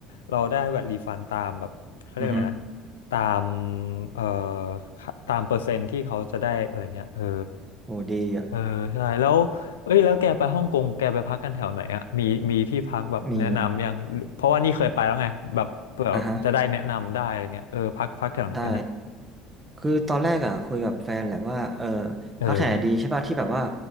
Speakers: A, on the left (about 75°); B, on the right (about 20°).
A: เราได้แวตรีฟันตามแบบเขาเรียกอะไรนะ
B: อือฮึ
A: ตามเอ่อค่าตามเปอร์เซ็นต์ที่เขาจะได้อะไรเงี้ยเออ
B: โหดีอ่ะ
A: เออใช่แล้วเอ้ยแล้วแกไปฮ่องกงแกไปพักกันแถวไหนอ่ะมีมีที่พักแบบแนะนำยังเพราะว่านี่เคยไปแล้วไงแบบเผื่อจะได้แนะนำได้อะไรเงี้ยเออพักพักแถวไหนกันนะ
B: มีอ่ะฮะได้ คือตอนแรกอ่ะคุยกับแฟนแหละว่าเออ
A: เออ
B: พักแถวไหนดีใช่ป่ะที่แบบว่า